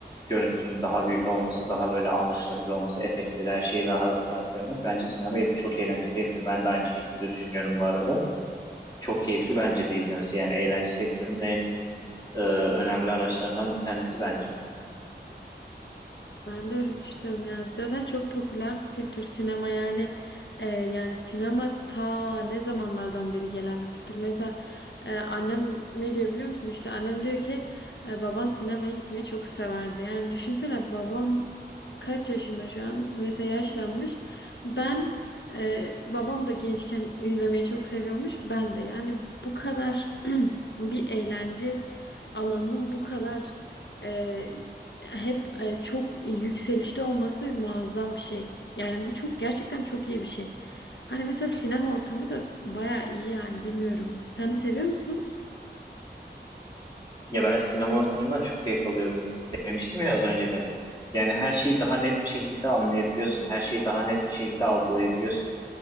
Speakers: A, on the left (about 20°); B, on the left (about 80°).
A: görüntünün daha büyük olması daha böyle anlaşılabilir olması efektleri her şeyi daha rahat görmek bence sinemayı çok eğlenceli yapıyor. Ben de aynı şekilde düşünüyorum bu arada. Çok keyifli bence de izlemesi yani eğlence sektörünün en e, önemli araçlarından bir tanesi bence.
B: Ben de öyle düşünüyorum yani zaten çok popüler bir kültür sinema yani e, yani sinema ta ne zamanlardan beri gelen bir kültür. Mesela e, annem ne diyor biliyor musun? İşte annem diyor ki e, baban sinemaya gitmeyi çok severdi. Yani düşünsene babam kaç yaşında şu an mesela yaşlanmış. Ben e, babam da gençken izlemeyi çok seviyormuş ben de yani bu kadar <clears throat> bir eğlence alanının bu kadar e, hep e, çok yükselişte olması muazzam bir şey. Yani bu çok gerçekten çok iyi bir şey. Hani mesela sinema ortamı da baya iyi yani bilmiyorum. Sen de seviyor musun?
A: Ya ben sinema ortamından çok keyif alıyorum demiştim ya az önce de. Yani her şeyi daha net bir şekilde anlayabiliyorsun. Her şeyi daha net bir şekilde algılayabiliyorsun.